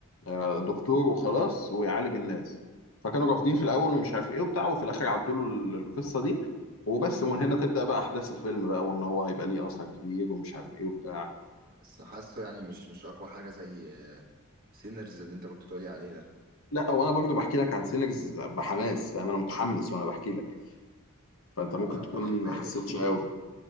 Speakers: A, on the left (about 65°); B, on the right (about 40°).
A: آه، دكتور وخلاص ويعالج الناس فكانوا رافضين في الاول ومش عارف ايه وبتاع وفي الاخر عدوا له ال- القصه دي وبس
B: مم.
A: ومن هنا تبدا بقى احداث الفيلم بقى وان هو هيبقى ليه اثر كبير ومش عارف ايه وبتاع
B: بس حاسه يعني مش مش اقوى حاجه زي سينرز اللي انت كنت بتقولي عليه ده
A: لا وانا برضو بحكي لك عن سينرز بحماس فاهم انا متحمس وانا بحكي لك فانت
B: اه
A: ممكن
B: ما انا
A: تكون
B: ما أنا واخد
A: ما
B: بالي
A: حسيتش
B: <laughs>
A: قوي